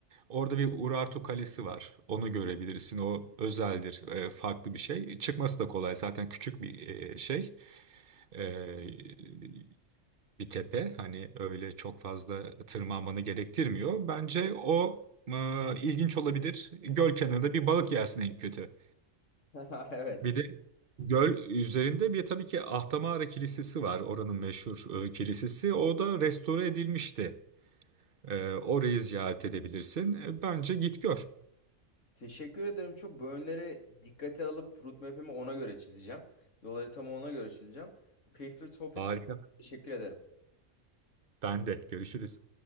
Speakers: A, on the right (about 50°); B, on the left (about 75°).
A: Orada bir Urartu Kalesi var. Onu görebilirsin. O özeldir. e, farklı bir şey. Çıkması da kolay. Zaten küçük bir e, şey. E, bir tepe. Hani öyle çok fazla tırmanmanı gerektirmiyor. Bence o e, ilginç olabilir. Göl kenarında bir balık yersin en kötü.
B: <laughs> Evet.
A: Bir de göl üzerinde bir tabii ki Ahtamara Kilisesi var. Oranın meşhur e, kilisesi. O da restore edilmişti. E, orayı ziyaret edebilirsin. E, bence git gör.
B: Teşekkür ederim. Çok bu önleri dikkate alıp roadmap'imi ona göre çizeceğim. Yol haritamı ona göre çizeceğim. Bu keyifli sohbet
A: Harika.
B: için teşekkür ederim.
A: Ben de. Görüşürüz.